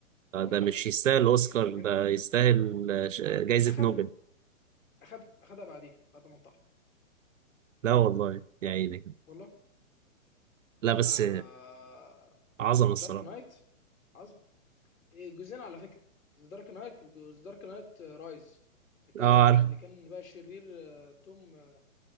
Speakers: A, on the left; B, on the right.
A: انه انتحر
B: ده مش يستاهل
A: يعني
B: اوسكار
A: ففكره
B: ده يستاهل ش- جايزة
A: اخدها
B: نوبل
A: اخدها اخدها بعديه بعد ما انطح
B: لا والله يا عيني
A: والله
B: لا
A: لا
B: بس
A: آه...
B: عظمة الصراحة
A: دارك نايت عظم إيه جزئين على فكره دارك نايت وجزء دارك نايت رايز بتاع
B: اه عارف
A: اللي كان بقى شرير آه، توم آه،